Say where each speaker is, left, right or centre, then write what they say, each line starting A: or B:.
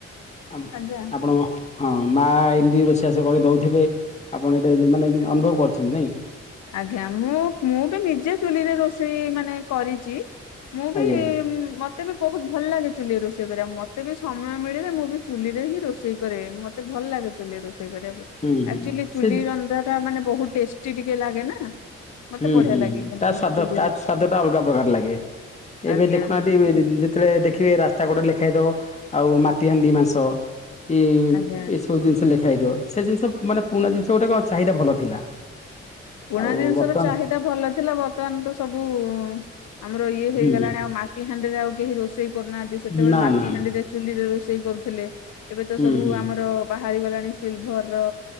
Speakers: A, on the left; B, on the left.
A: ଆମ୍
B: ଆଜ୍ଞା।
A: ଆପଣଙ୍କ ହଁ ମା ଏଇମିତି ରୋଷେଇ ବାସ କରିକି ଦୋଉଥିବେ। ଆପଣ <unintelligible> ମାନେ ନି ଅନୁଭବ କରଛନ୍ତି ନାଇଁ।
B: ଆଜ୍ଞା ମୁଁ ମୁଁ ବି ନିଜେ ଚୁଲିରେ ରୋଷେଇ ମାନେ କରିଚି। ମୁଁ ବି
A: ଆଜ୍ଞା
B: ମତ୍
A: ଆଜ୍ଞା
B: ମୋତେ ବି ବୋହୁତ ଭଲ୍ ଲାଗେ ଚୁଲି ରେ ରୋଷେଇ କରିଆକୁ ମୋତେ ବି ସମୟ ମିଳିଲେ, ମୁଁ ବି ଚୁଲିରେ ହିଁ ରୋଷେଇ କରେ ମତ ମତେ ଭଲ୍ ଲାଗେ ଚୁଲିରେ ରୋଷେଇ କରିଆକୁ
A: ହୁଁ ହୁଁ
B: ଆକ୍ଚୁଆଲି ଚୁଲି
A: ସେ
B: ରନ୍ଧା ଟା ମାନେ ବୋହୁତ ଟେଷ୍ଟି ଟିକେ ଲାଗେ ନା। ମତେ
A: ହୁଁ
B: ବଢିଆ
A: ହୁଁ
B: ଲାଗେ
A: ହୁଁ
B: କିନ୍ତୁ
A: ତା ସ୍ଵାଦ
B: ଚୁଲିରେ
A: ତା
B: ରୋଷେଇ
A: ସ୍ଵାଦ ଟା ଅଲଗା ପ୍ରକାର ଲାଗେ ଏବେ
B: ଆଜ୍ଞା
A: ଦେଖୁନାହାଁନ୍ତି। ଅ ଯେତେବେଳେ ଦେଖିବେ ରାସ୍ତା କଡରେ ଲେଖାହେଇଥବ ଆଉ ମାଟି ହାଣ୍ଡି ମାଂସ। କି
B: ଆଜ୍ଞା।
A: ଏସବୁ ଜିନିଷ ଲେଖା ହେଇଥିବ ସେ ଜିନଶ ମାନେ ପୁରୁଣା ଜିନଶ ଗୋଟାକ ଚାହିଦା ଭଲ ଥିଲା।
B: ପୁଣା
A: ଆଉ
B: ଜିନିଷର
A: ବର୍ତ୍ତମାନ
B: ଚାହିଦା ଭଲ ଥିଲା, ବର୍ତ୍ତମାନ ତ ସବୁ-ଉ-ଉ-ଆମର ଇଏ ହେଇଗଲାଣି
A: ହୁଁ
B: ଆଉ ମା ମାଟି ହାଣ୍ଡିରେ ଆଉ କେହି ରୋଷ ଛେଇ କରୁନାହାନ୍ତି ସେତେବେଳେ
A: ନା
B: ମାଟି
A: ନା ନା
B: ହାଣ୍ଡିରେ ଚୁଲି ରେ ରୋଷେଇ କରୁଥିଲେ, ଏବେ ତ
A: ହୁଁ
B: ସବୁ
A: ହୁଁ
B: ଆମର ବାହାରି ଗଲାଣି ସିଲଭର୍ ର